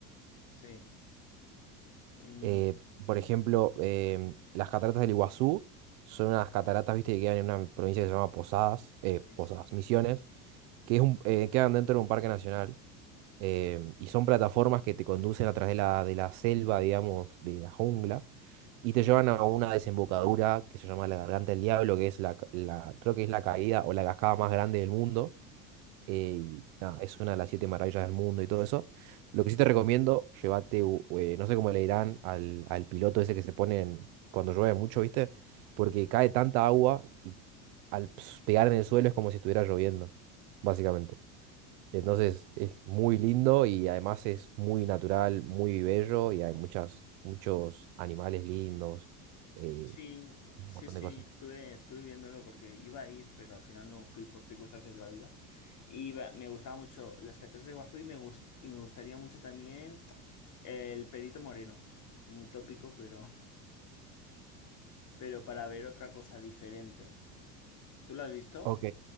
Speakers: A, on the left; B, on the right.
A: Sí. Mm,
B: Eh, por ejemplo, em, las cataratas del Iguazú son unas cataratas,
A: sí,
B: viste, que quedan en una provincia que se llama Posadas, eh,
A: sí,
B: Posadas,
A: sí.
B: Misiones, que es un, eh, quedan dentro de un parque nacional em, y son plataformas que te conducen a través de la, de la selva, digamos, de la jungla, y te llevan a una desembocadura que se llama la Garganta del Diablo, que es la, ca- la, creo que es la caída o la cascada más grande del mundo eh, y nada, es una de las siete maravillas del mundo y todo eso. Lo que sí te recomiendo, llévate, u- u- eh, no sé cómo le dirán al, al piloto ese que se pone en- cuando llueve mucho, ¿viste? Porque cae tanta agua y al ps- pegar en el suelo es como si estuviera lloviendo, básicamente. Entonces
A: Mm.
B: es muy lindo y además es muy natural, muy bello y hay muchas, muchos animales lindos, eh,
A: Sí,
B: un
A: sí,
B: montón
A: sí,
B: de cosas.
A: estuve, estuve viéndolo porque iba a ir, pero al final no fui por circunstancias de la vida. Iba, me gustaba mucho las cataratas de Iguazú y me gust- y me gustaría mucho también el Perito Moreno. Muy tópico, pero, <laughs> pero para ver otra cosa diferente. ¿Tú lo has visto?
B: Ok.